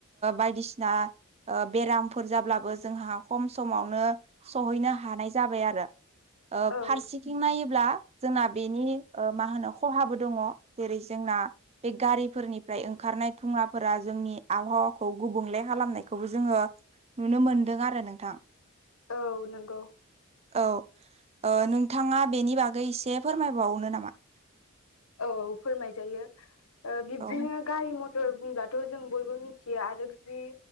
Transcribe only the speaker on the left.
औ
औ नंगौ
औ औ फोरमाय जायो। बिब्दिनो
गारि मथर बुंब्लाथ' जों बयबो मिथियो आरो जुदि